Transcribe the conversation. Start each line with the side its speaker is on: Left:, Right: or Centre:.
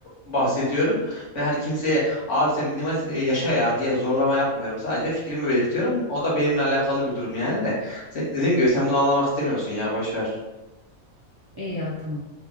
Left: bahsediyorum ve hani kimseye abi sen minimalist e, yaşa ya diye zorlama yapmıyorum. Sadece fikrimi belirtiyorum. O da benimle alakalı bir durum yani de. Sen- dediğim gibi sen bunu anlamak istemiyorsun ya boş ver.
Right: İyi ya tamam.